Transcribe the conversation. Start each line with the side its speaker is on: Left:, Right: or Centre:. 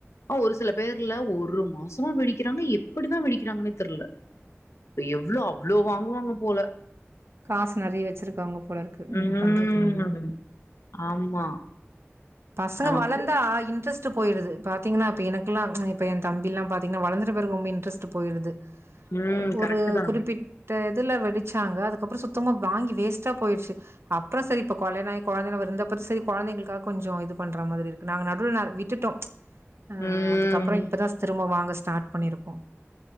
Left: ஒரு சில பேர்ல ஒரு மோசமா வெடிக்கிறாங்க எப்பிடிதா வெடிக்கிறாங்கனே தெர்ல இப்ப எவ்ளோ அவ்ளோ வாங்குவாங்க போல
Right: காஸ் நெறைய வச்சிருக்காங்க போலருக்கு என்ன
Left: ம்
Right: பண்றது நம்ம
Left: ஆமா
Right: பசங்க
Left: நமக்கு
Right: வளந்தா இன்ட்ரெஸ்ட் <unintelligible> போயிருது பாத் த்தீங்னா அப்ப எனக்குல்லா ம் இப்ப என் தம்பில்லா பாத்தீங்னா வளந்துட்ட பெறகு ரொம்ப இன்ட்ரஸ்ட் போய்ருது
Left: ம்.
Right: அ ஒரு
Left: கரெக்ட்டு தா
Right: குறிப்பிட் த இதுல வெடிச்சாங்க அதுக்கப்றோ சுத்தமா வாங்கி வேஸ்ட்டா போய்டுச்சி அப்றோ செரி இப்ப கொலியாணோ ஆயி கொழந்தன்னு <unintelligible> செரி கொழந்தங்களுக்காக கொஞ்சோ இது பண்ற மாதிரிருக்கு நாங்க நடுல்ல விட்டுட்டோ ஆ
Left: ம்
Right: அதுக்கப்றோ இப்பதா திரும்ப வாங்க ஸ் ஸ்டார்ட் பண்ணிருக்கோ